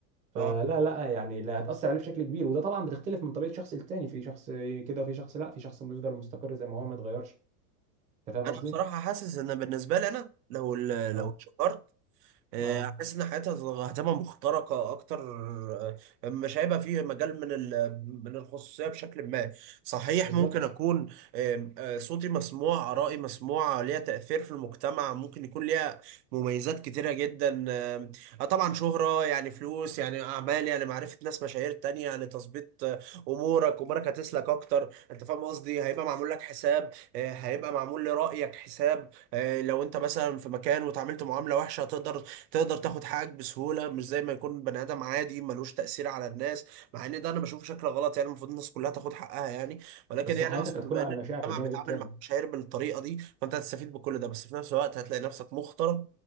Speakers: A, on the right (about 15°); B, on the right (about 80°).
A: فلا
B: اه
A: لا يعني لا هتأثر عليه بشكل كبير وده طبعا بتختلف من طبيعة شخص للتاني في شخص كده وفي شخص لا في شخص بيفضل مستقر زي ما هو ما اتغيرش انت فاهم
B: انا
A: قصدي؟
B: بصراحه حاسس ان بالنسبه لي انا لو ال- لو
A: اه
B: اتشهرت آه،
A: اه
B: حاسس ان حياتها هتبقى هتبقى مخترقه اكتر آه، مش هيبقى فيه مجال من ال- من الخصوصيه بشكل ما صحيح
A: بالظبط
B: ممكن اكون آم، آه، صوتي مسموع ارائي مسموعه ليها تاثير في المجتمع ممكن يكون ليها مميزات كتيره جدا آم، آه، طبعا شهره يعني فلوس يعني اعمال يعني معرفه ناس مشاهير تانية يعني تظبيط آه، امورك امورك هتسلك اكتر انت فاهم قصدي هيبقى معمول لك حساب آه، هيبقى معمول لرايك حساب آه، لو انت مثلا في مكان وتعاملت معامله وحشه هتقدر تقدر تاخد حقك بسهوله مش زي ما يكون بني ادم عادي ملوش تاثير على الناس مع ان ده انا بشوفه شكل غلط يعني المفروض الناس كلها تاخد حقها يعني ولكن
A: بس
B: يعني
A: حياتك
B: اقصد
A: هتكون
B: بما
A: على
B: ان
A: المشاع
B: المجتمع
A: في الجانب
B: بيتعامل
A: التاني
B: مع المشاهير بالطريقه دي فانت هتستفيد بكل ده بس في نفس الوقت هتلاقي نفسك مخترق